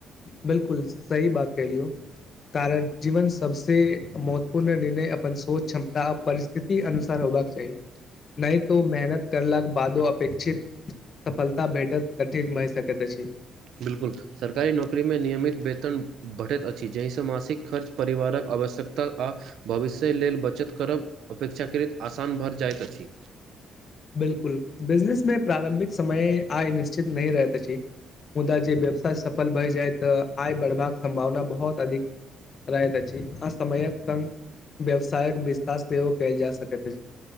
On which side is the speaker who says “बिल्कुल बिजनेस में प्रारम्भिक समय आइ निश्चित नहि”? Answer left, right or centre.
Left